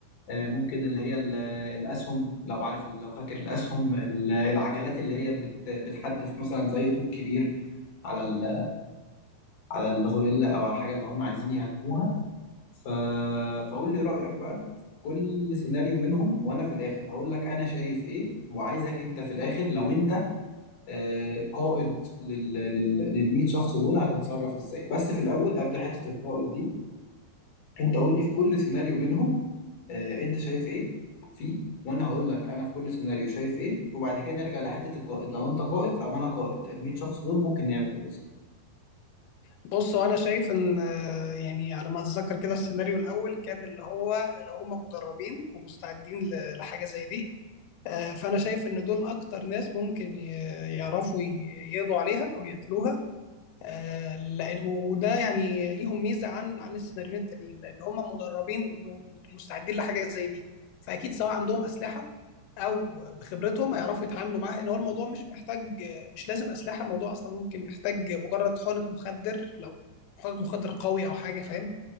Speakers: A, on the left; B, on the left.
A: آه، ممكن اللي هي ال- الأسهم لو عارف لو فاكر الأسهم ال- العجلات اللي هي بت- بتحدف مثلا زي طوب كبير على ال- على الغوريلا أو على الحاجة اللي هم عايزين يهاجموها ف... فقول لي رأيك بقى في كل سيناريو منهم وأنا في الآخر هقول لك أنا شايف ايه وعايزك أنت في الآخر لو أنت آه، قائد لل لل لل 100 شخص دول هتتصرف ازاي بس في الاول قبل حته القائد دي انت قول لي في كل سيناريو منهم آه، انت شايف ايه فيه وانا هقول لك انا في كل سيناريو شايف ايه وبعد كده نرجع لحته القائد لو انت قائد او انا قائد ال 100 شخص دول ممكن نعمل ايه بالظبط
B: بص وانا شايف ان آه، يعني على ما اتذكر كده السيناريو الاول كان اللي هو لو هم مدربين ومستعدين ل- لحاجه زي دي آه، فانا شايف ان دول اكتر ناس ممكن ي- يعرفوا ي- يقضوا عليها او يقتلوها آه، لان وده يعني ليهم ميزه عن عن السيناريوهات التانيين لان هم مدربين ومستعدين لحاجه زي دي فاكيد سواء عندهم اسلحه او بخبرتهم هيعرفوا يتعاملوا معاها ان هو الموضوع مش محتاج مش لازم اسلحه الموضوع اصلا ممكن يحتاج مجرد حقنه مخدر لو حقنه مخدر قوي او حاجه فاهم